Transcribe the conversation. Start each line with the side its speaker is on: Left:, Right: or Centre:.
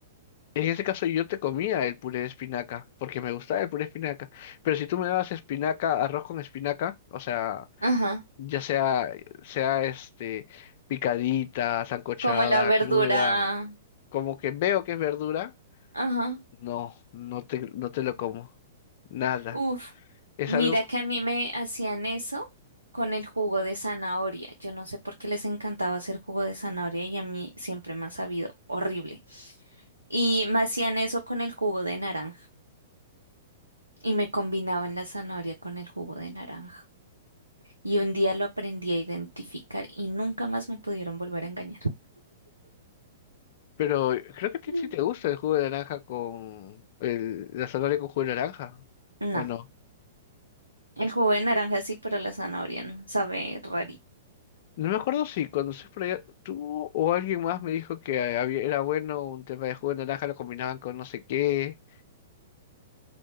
Left: en ese caso yo te comía el puré de espinaca, porque me gustaba el puré de espinaca, pero si tú me dabas espinaca, arroz con espinaca, o sea,
Right: ajá,
Left: ya sea, sea este, picadita, sancochada,
Right: como la verdura,
Left: cruda, como que veo que es verdura,
Right: ajá.
Left: no, no te, no te lo como, nada.
Right: Uf,
Left: Es
Right: mira
Left: algo,
Right: que a mí me hacían eso con el jugo de zanahoria. Yo no sé por qué les encantaba hacer jugo de zanahoria y a mí siempre me ha sabido horrible. Y me hacían eso con el jugo de naranja y me combinaban la zanahoria con el jugo de naranja. Y un día lo aprendí a identificar y nunca más me pudieron volver a engañar.
Left: pero creo que a ti
Right: Mm.
Left: sí te gusta el jugo de naranja con, el, la zanahoria con jugo de naranja,
Right: No,
Left: ¿o no?
Right: el jugo de naranja sí, pero la zanahoria no, sabe rarito.
Left: No me acuerdo si cuando se por allá, tú o alguien más me dijo que había, era bueno un tema de jugo de naranja, lo combinaban con no sé qué.